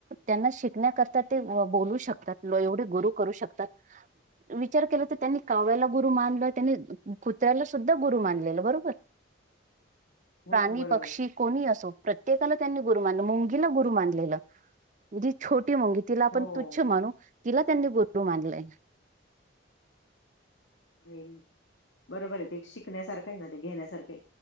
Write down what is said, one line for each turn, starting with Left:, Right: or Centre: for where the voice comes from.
Right: त्यांना शिकण्याकरता ते बोलू शकतात. एवढे गुरु करू शकतात. विचार केला त त्यांनी काव्याला गुरु मानलं. त्यांनी कुत्र्याला सुद्धा गुरु मानलेलं बरोबर. <inaudible>
Left: हो,
Right: प्राणी,
Left: बरोबर.
Right: पक्षी
Left: आहे.
Right: कोणी असो प्रत्येकाला त्यांनी गुरु मानलं मुंगीला गुरु मानलेलंय. जी छोटी मुंगी, तिला आपण
Left: हो.
Right: तुच्छ मानू, तिला त्यांनी गुरु मानलंय.
Left: व्हयं. बरोबर आहे. ते शिकण्यासारखं आहे ना, ते घेण्यासारखं आहे.